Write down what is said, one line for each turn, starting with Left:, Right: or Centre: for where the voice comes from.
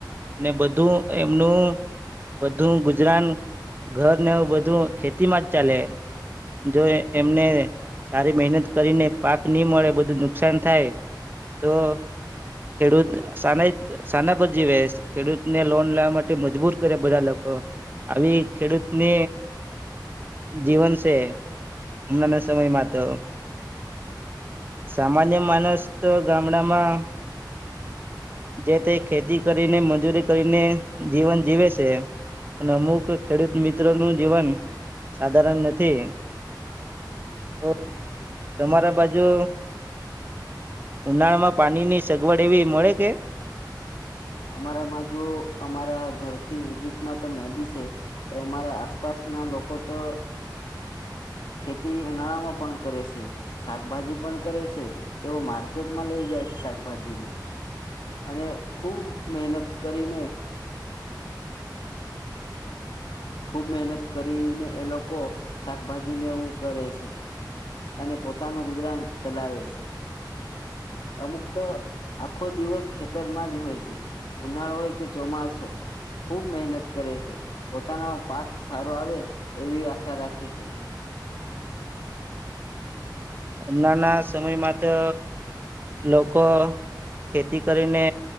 Right: ને બધું એમનું બધું ગુજરાન ઘરને બધું ખેતીમાં જ ચાલે જો એમને સારી મહેનત કરીને પાક નહી મળે બધું નુકસાન થાય તો ખેડૂત સાના સાના પર જીવે ખેડૂતને લોન લેવા માટે મજબૂર કરે બધા લોકો આવી ખેડૂતને જીવન છે હમણાં ના સમયમાં તો સામાન્ય માણસ તો ગામડામાં જે તે ખેતી કરીને મજૂરી કરીને જીવન જીવે છે અને અમુક ખેડૂત મિત્રો નું જીવન સાધારણ નથી તો તમારા બાજુ ઉનાળામાં પાણીની સગવડ એવી મળે કે.
Left: અમારામાં જો અમારા ઘરથી નજીકમાં તો નદી છે તો અમારા આસપાસના લોકો તો ખેતી ઉનાળામાં પણ કરે છે શાકભાજી પણ કરે છે તેઓ માર્કેટમાં લઈ જાય છે શાકભાજીને. અને ખૂબ મહેનત કરીને ખૂબ મહેનત કરીને એ લોકો શાકભાજી નેવું કરે છે અને પોતાનું ગુજરાન ચલાવે છે. અમુક તો આખો દિવસ ખેતરમાં જ હોય છે ઉનાળો હોય કે ચોમાસો ખુબ મહેનત કરે છે પોતાનો પાક સારો આવે એવી આશા રાખે છે.
Right: હમણાં ના સમયમાં તો લોકો ખેતી કરીને